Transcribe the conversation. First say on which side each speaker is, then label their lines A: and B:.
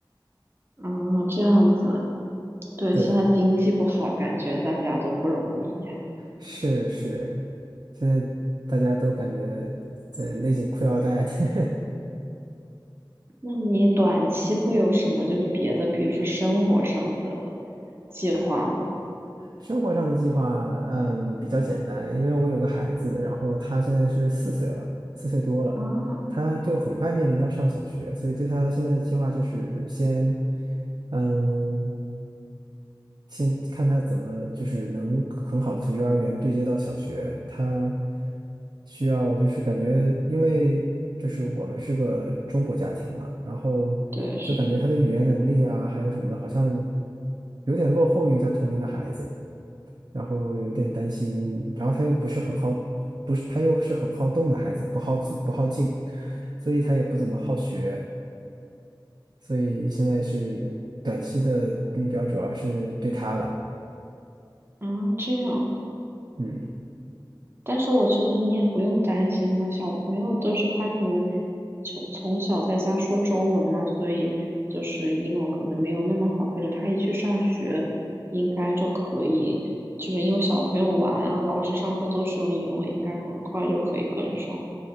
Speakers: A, on the right (about 30°); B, on the right (about 60°).
A: 啊，这样子，对，
B: 对，
A: 现在经济不好，感觉大家都不容易啊。
B: 是是，现在大家都感觉在勒紧裤腰带。<laughs>
A: 那你短期会有什么就是别的，比如说生活上的计划吗？
B: 生活上的计划，嗯，比较简单，因为我有个孩子，然后他现在是四岁了，四岁多了，
A: 啊，
B: 他就很快面临要上小学，所以对他现在的计划就是先，嗯，先看他怎么就是能很好的从幼儿园对接到小学，他需要就是感觉，因为就是我们是个中国家庭嘛，然后就感觉他的语言能力啊，
A: 对，是
B: 还有什么的，好像有点落后于他同龄的孩子。然后有点担心，然后他又不是很好，不是他又是很好动的孩子，不好自不好静，所以他也不怎么好学，所以现在是短期的目标主要是对他了，
A: 啊，这样
B: 嗯。
A: 但是我觉得你也不用担心了，小朋友都是他可能从从小在家说中文嘛，所以就是英文可能没有那么好，可是他一去上学，应该就可以，就是因为小朋友玩啊，老师上课都是用英文，应该很快就可以跟上。